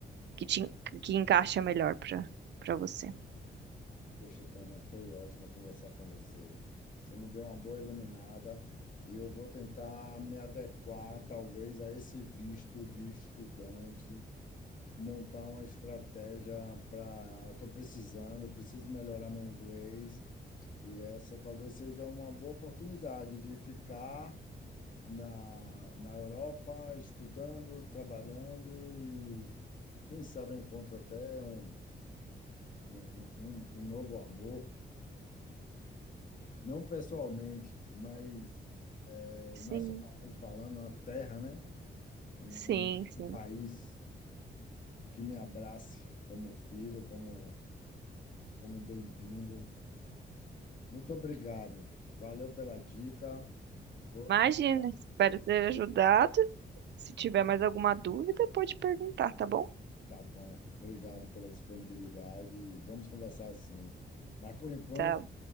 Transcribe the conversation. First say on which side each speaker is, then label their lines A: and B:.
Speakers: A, on the right; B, on the left.
A: que te, en- que encaixa melhor para para você.
B: Poxa, Tânia, foi ótimo conversar com você. Você me deu uma boa iluminada e eu vou tentar me adequar, talvez, a esse visto de estudante, montar uma estratégia para. Estou precisando, preciso melhorar meu inglês e essa talvez seja uma boa oportunidade de ficar na, na Europa, estudando, trabalhando e, quem sabe, eu encontro até um, um, um, um um novo amor. Não pessoalmente, mas eh,
A: Sim,
B: nacionalmente falando, uma terra, né? Um,
A: sim,
B: um,
A: sim.
B: um país que me abrace como filho, como, como bem-vindo. Muito obrigado. Valeu pela dica. Vou
A: Imagina,
B: tentar
A: espero ter ajudado. Se tiver mais alguma dúvida, pode perguntar, tá bom?
B: Tá bom. Obrigado pela disponibilidade. Vamos conversar sim. Mas por enquanto,
A: Tá,